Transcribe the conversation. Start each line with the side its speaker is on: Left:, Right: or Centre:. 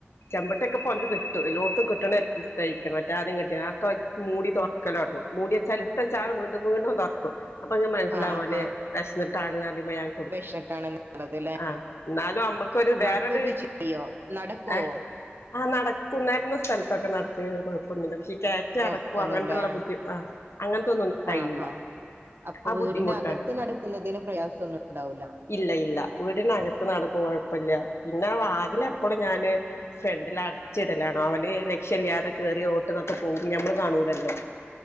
Left: ചെമ്പട്ടൊക്കെ പൊന്ത കിട്ടും എല്ലോടുത്തും കിട്ടണ എത്തി തയ്ക്കും മറ്റോരും കിട്ടിതക്കെ മൂടി തുറക്കല് തുടങ്ങും മൂടി വെച്ചാൽ എടുത്ത് വെച്ചാലും വീണ്ടും വീണ്ടും തുറക്കും അപ്പൊ അങ്ങനെ മനസ്സിലാവും
Right: ആഹ്
Left: അവന്
Right: ആഹ്
Left: വിശന്നിട്ടാണ് <unintelligible>
Right: വിശന്നിട്ടാണെന്നുള്ളത് ല്ലേ
Left: ആഹ് എന്നാലും നമ്മുക്കൊരു വേറൊരു
Right: നടക്കൊക്കെ ചെയ്യോ നടക്കോ
Left: ഏഹ് ആഹ് നടക്കും നടന്ന സ്ഥലത്തൊക്കെ നടക്കുന്ന കുഴപ്പൊന്നില്ല പക്ഷെ കേറ്റം
Right: കൊഴപ്പൊന്നുംല്ലേ
Left: ഇറക്കവും അങ്ങനെയുള്ള ബുദ്ധി ആഹ് അങ്ങനത്തോന്നും കഴിയൂല
Right: ആഹ് ആഹ് അപ്പൊ
Left: ആ
Right: വീടിനകത്ത്
Left: ബുദ്ധിമുട്ടാണ്
Right: നടക്കുന്നതിന് പ്രയാസം ഒന്നും ഉണ്ടാവൂല്ല
Left: ഇല്ല ഇല്ല വീടിനകത്ത് നടക്കും കൊഴപ്പില്ല പിന്നെ വാതില് എപ്പോഴും ഞാന് ഫ്രണ്ടിൽ അടച്ചിടലാണോ അവന് ലക്ഷ്യമില്ലാതെ കേറി അങ്ങോട്ടുവൊക്കെ പോകും നമ്മള് കാണൂലല്ലോ